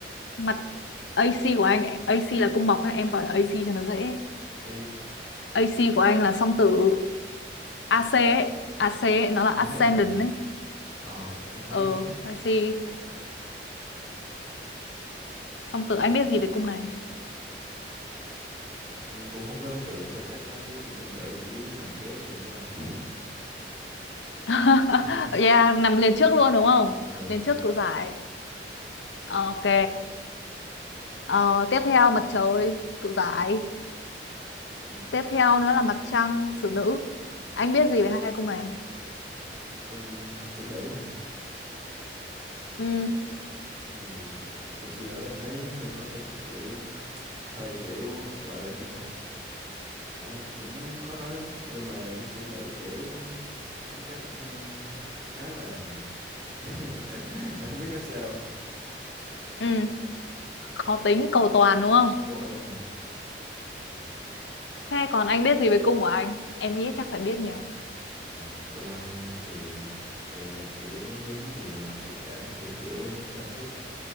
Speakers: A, on the left (about 85°); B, on the right (about 35°).
A: mặt AC của anh AC là cung bọc ha, em gọi là AC cho nó dễ
B: ok.
A: AC của anh là song tử AC ấy AC ấy, nó là
B: Anh
A: ascendant
B: thấy mà,
A: ấy
B: ờ, anh thấy
A: ờ AC song
B: rồi,
A: tử anh biết gì về cung này
B: anh cũng không có ấn tượng sâu sắc lắm với cung song tử, anh chỉ biết nó nằm kế cùng của anh. <laughs>
A: <laughs>
B: Ừ,
A: yeah nằm liền trước luôn đúng không
B: Ờ,
A: liền trước cự giải Ờ, ok ờ, tiếp theo mặt trời cự giải
B: ừ.
A: tiếp theo nữa là mặt trăng xử nữ anh biết gì về hai cung này
B: Cung sĩ nữ hả?
A: ừ
B: Ừ. Cung sĩ nữ anh thấy hơi khó tính, kiểu hơi kiểu gọi là gì ta? Anh cũng khó nói lắm, nhưng mà cung sĩ nữ kiểu tính cách ừ, khá là <laughs> anh không biết nói sao.
A: ừ khó tính cầu toàn đúng không
B: Đúng rồi, đúng rồi.
A: Thế còn anh biết gì về cung của anh? Em nghĩ chắc phải biết nhiều.
B: Ừm, Công anh thì về kiểu hướng nhiều về mặt tình cảm, về kiểu cảm xúc,